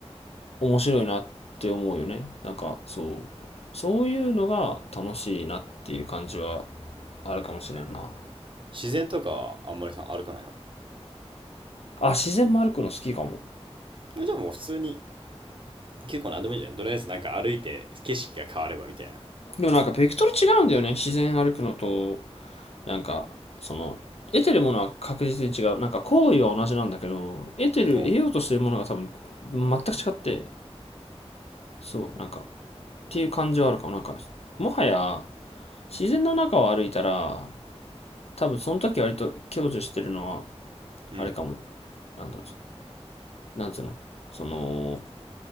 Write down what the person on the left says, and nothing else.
面白いなって思うよね。なんかそう、そういうのが楽しいなっていう感じはあるかもしれんな。
あ、自然も歩くの好きかも。
でもなんかベクトル違うんだよね。自然歩くのとなんかその得てるものは確実に違うなんか行為は同じなんだけど得てる得ようとしてるものが多分全く違って
そうなんかっていう感じはあるかもなんかもはや自然の中を歩いたら多分その時割と享受してるのは
あれかもなんだろうなんつうのその